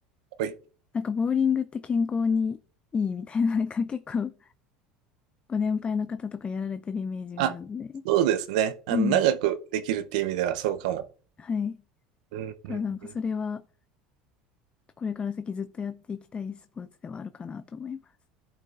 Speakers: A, on the right; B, on the left.
A: はい。
B: なんかボーリングって健康にいいみたいな、なんか結構ご年配の方とかやられてるイメージがあるので、
A: あ、そうですね。あの、
B: うん。
A: 長くできるっていう意味ではそうかも。
B: はい。
A: うん、
B: だからなんかそれは
A: うん、うん。
B: これから先ずっとやっていきたいスポーツではあるかなと思います。